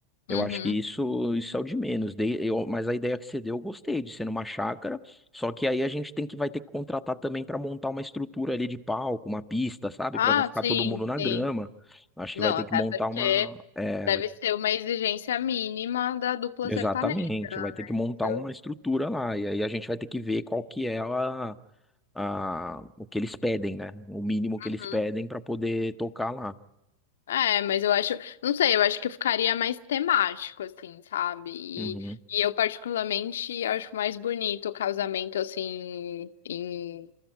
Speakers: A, in the centre; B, on the left (about 60°).
A: Eu
B: Uhum.
A: acho que isso, isso é o de menos. Dei- eu- mas a ideia que você deu, eu gostei de ser numa chácara, só que aí a gente tem que vai ter que contratar também para montar uma estrutura ali de palco, uma pista, sabe?
B: Ah,
A: Para não ficar
B: sim,
A: todo mundo na
B: sim.
A: grama. Acho
B: Não,
A: que vai ter
B: até
A: que montar
B: porque
A: uma, é,
B: deve
A: vai-
B: ser uma exigência mínima da dupla
A: Exatamente,
B: sertaneja,
A: vai ter
B: né?
A: que montar
B: Então,
A: uma estrutura lá, e aí a gente vai ter que ver qual que é a, a, o que eles pedem, né? O mínimo que
B: Uhum.
A: eles pedem para poder tocar lá.
B: É, mas eu acho, não sei, eu acho que eu ficaria mais temático, assim, sabe? E,
A: Uhum,
B: e eu particularmente acho mais bonito o casamento, assim, em